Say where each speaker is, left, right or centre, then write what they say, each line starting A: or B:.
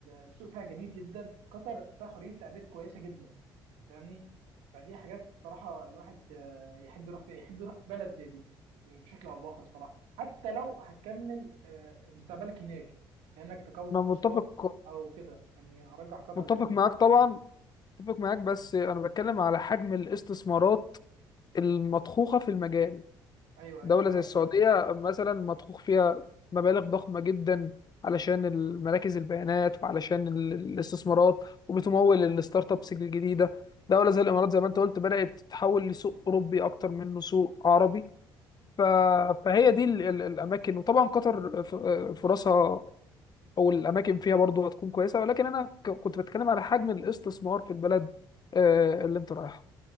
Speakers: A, on the right; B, on the left.
A: السوق فيها جميل جدا قطر فيها حريه تعبير كويسه جدا فاهمني فدي حاجات صراحة الواحد آه، يحب يروح فيها يحب يروح بلد زي دي آه، بشكل أو بآخر الصراحة حتى لو هتكمل آه، مستقبلك هناك كأنك تكون
B: انا متفق
A: أسرة أو كده يعني أرجح قطر
B: متفق
A: جدا الصراحة
B: معاك طبعا متفق معاك بس انا بتكلم على حجم الاستثمارات المضخوخه في المجال
A: أيوه أيوه
B: دولة
A: أنا معاك
B: زي السعودية
A: فعلا
B: مثلا مضخوخ فيها مبالغ ضخمة جدا علشان المراكز البيانات وعلشان ال- الاستثمارات وبتمول الستارت ابس الجديدة دولة زي الإمارات زي ما أنت قلت بدأت تتحول لسوق أوروبي أكتر منه سوق عربي ف... فهي دي ال... ال- الأماكن وطبعا قطر ف- فرصها أو الأماكن فيها برضه هتكون كويسة ولكن أنا ك- كنت بتكلم على حجم الاستثمار في البلد آه، اللي أنت رايحها